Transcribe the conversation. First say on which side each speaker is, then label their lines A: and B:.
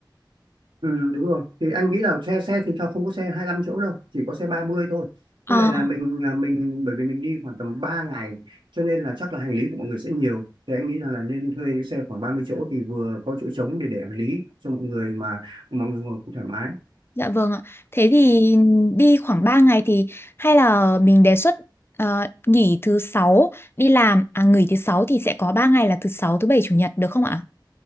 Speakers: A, on the right (about 80°); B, on the left (about 30°).
A: Ừ, đúng rồi thì anh nghĩ là xe xe thì cho không có xe hai lăm chỗ đâu chỉ có xe 30 thôi
B: Ờ.
A: với lại là mình à, mình bởi vì mình đi khoảng tầm 3 ngày cho nên là chắc là hành lý của mọi người sẽ nhiều thì anh nghĩ rằng là nên thuê cái xe khoảng 30 chỗ thì vừa có chỗ trống để để hành lý cho mọi người mà mọi người ngồi cũng thoải mái
B: Dạ vâng ạ. Thế thì đi khoảng 3 ngày thì hay là mình đề xuất ờ, nghỉ thứ sáu đi làm à nghỉ thứ sáu thì sẽ có 3 ngày là thứ sáu, thứ bảy, chủ nhật được không ạ?